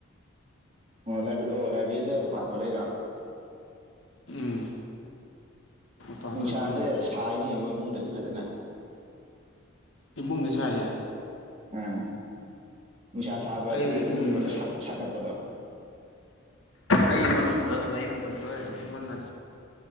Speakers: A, on the right (about 35°); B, on the left (about 75°).
A: ꯑꯣ ꯑꯣ ꯂꯥꯏꯕ꯭ꯔꯦꯔꯤꯗ ꯄꯥꯟꯊ ꯂꯩꯔꯥ
B: ꯎꯝ ꯃꯄꯥꯟꯗ
A: ꯅꯨꯡꯁꯥꯁꯦ
B: ꯉꯥꯛꯇꯪ ꯂꯩꯔꯤ
A: ꯁꯥꯏꯅꯦꯍꯕꯣ ꯏꯃꯨꯡꯗꯗꯤ ꯐꯖꯅ
B: ꯏꯃꯨꯡꯒꯤꯁꯨ ꯍꯥꯏꯌꯦ
A: ꯑꯥ ꯅꯨꯡꯁꯥ ꯁꯥꯕꯗꯤ
B: ꯑꯩꯗꯤ ꯏꯃꯨꯡꯗ
A: ꯏꯃꯨꯡꯗꯨꯅ ꯁꯥꯒꯠꯄꯗꯣ
B: ꯑꯩ ꯃꯅꯨꯡꯗ ꯂꯥꯏꯡ ꯑꯝꯇꯪ ꯊꯣꯛꯂꯛꯑꯏꯁꯦ ꯑꯩꯉꯣꯟꯗ